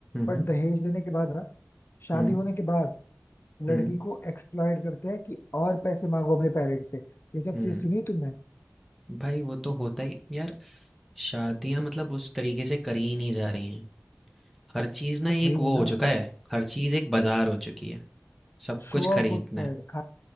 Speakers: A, in the centre; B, on the left.
A: हम्म
B: बट दहेज लेने के बाद ना शादी
A: हम्म
B: होने के बाद
A: हम्म
B: लड़की को एक्सप्लॉइट करते हैं कि और पैसे मांगो अपने पेरेंट्स से ये सब
A: हम्म।
B: चीज सुनी तुमने
A: भाई वो तो होता ही यार शादियां मतलब उस तरीके से करी ही नहीं जा रही हैं हर चीज़ ना एक
B: वही
A: वो
B: है ना
A: हो चुका है हर चीज़ एक बाजार हो चुकी है सब
B: शो
A: कुछ खरीदना
B: ऑफ होता
A: है
B: है खा-